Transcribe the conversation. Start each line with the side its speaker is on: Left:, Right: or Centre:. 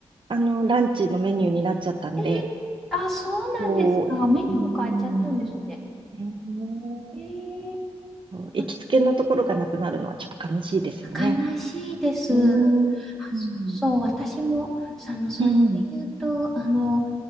Right: あの、ランチのメニューになっちゃったんで、
Centre: えーあ、そうなんですか。
Right: こう、
Centre: メニューも変わっちゃったんですね。
Right: うん、ね
Centre: えー、
Right: えそう行きつけのところがなくなるのはちょっと悲しいですよね。
Centre: あ、あ悲しいです。
Right: うん、
Centre: あ、
Right: うん、
Centre: そうそう、私も、あの、それで言うと、
Right: うん、
Centre: あの、